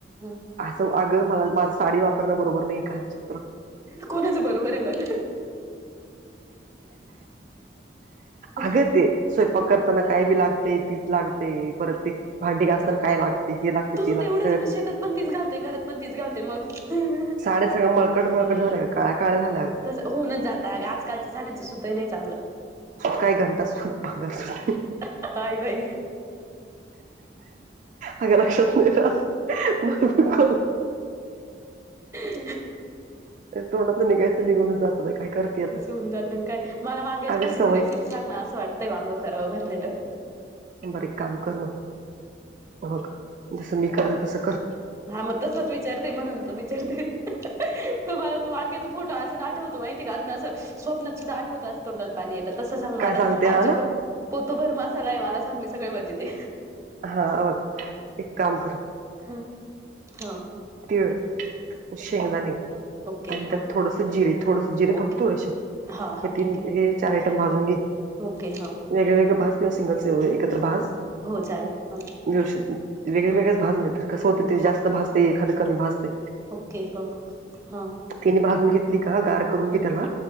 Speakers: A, on the right; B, on the right.
A: हम <unintelligible>
B: असं अगं मला माझ साडी वापरणं बरोबर नाही काची <unintelligible>
A: कोणाचं बरोबर आहे मग
B: अगं
A: <unintelligible>
B: ते
A: <unintelligible>
B: स्वयंपाक करताना काय बी लागते पीठ लागते परत ते भांडी घासताना काय लागते हे लागते <unintelligible>
A: तुझं तेवढंच
B: सगळं
A: मी शेतात पण तच घालते घरात पणतीस घालते मग <unintelligible>
B: साड्या सगळं मळकट मळकट झाल्या गं काळ्या काळ्या झालंं अगं
A: तसं होऊनच जात आंग आजकालच्या साड्यांचं सुतही नाही चांगलं
B: काही घंटा सुत बघा. सुत
A: काय बाई
B: अग लक्षात नाही राहत. मला नको
A: <inaudible>
B: तोंडातून निघायचं निघूनच जात बाई काय करते आता
A: ते होऊन जात काय मला वांग्याच्या
B: अगं
A: भाजीच्या
B: सवय
A: रेसिपी सांग ना असं वाटतंय वांगं करावं भरलेलं
B: बर एक काम कर मग, बघ जसं मी करते तसं कर
A: हा मग तसच विचारते म्हणून तर विचारते तुम्हला तो वांग्याचा फोटो अजून आठवतो माहिती आहे का अजून असं स्वप्नात सुद्धा आठवत तोंडाला पाणी येतात तस सांग
B: काय
A: मला
B: सांगते हा
A: आमच्या
B: ना
A: पोत भर मासाला हाय मला सगळं मी म्हणत्याती
B: हा, हे बघ एक काम कर
A: हम्म, हा
B: तिळ, शेंगदाने,
A: ओके
B: आणि
A: हां
B: त्यात थोडस जिरे थोडस जिरे
A: ओके
B: फक्त थोडेशे
A: हां हां
B: हे तीन
A: ठीक
B: हे चार आयटम भाजून घे
A: ओके हां
B: वेगळे वेगळे भाज किंवा सिंगल सिंगल, एकत्र भाज
A: हो चालेल हां
B: व्यवस्थित वेगळे
A: हां
B: वेगळेच भाज नाही तर कसं होतय ते
A: हां
B: जास्त भाज ते. एखाद कमी भाजतंय.
A: ओके हो हां
B: तिन्ही भाजून घेतली का गार करून
A: हां
B: घे त्याला